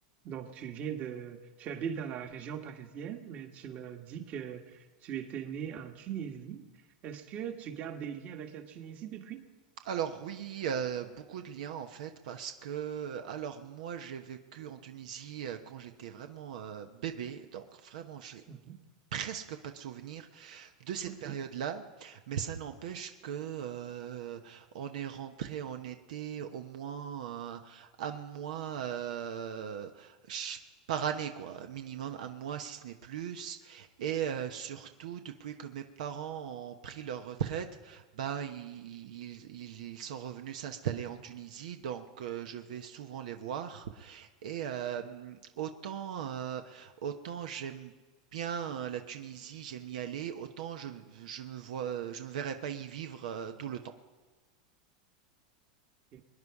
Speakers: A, on the right; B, on the right.
A: Donc, tu viens de, tu habites dans la région parisienne, mais tu me dis que tu étais né en Tunisie. Est-ce que tu gardes des liens avec la Tunisie depuis?
B: Alors oui, euh, beaucoup de liens en fait parce que alors moi j'ai vécu en Tunisie euh, quand j'étais vraiment euh, bébé, donc vraiment j'ai
A: Mhm.
B: presque pas de souvenirs. de cette
A: OK.
B: période-là, mais ça n'empêche que euh, on est rentré en été au moins euh, un mois euh, ch- par année, quoi, minimum un mois si ce n'est plus. Et euh, surtout, depuis que mes parents ont pris leur retraite, ben ils, ils- ils sont revenus s'installer en Tunisie, donc euh, je vais souvent les voir. Et euh, autant, euh, autant j'aime bien euh, la Tunisie, j'aime y aller, autant je, je me vois, je me verrais pas y vivre euh, tout le temps.
A: OK.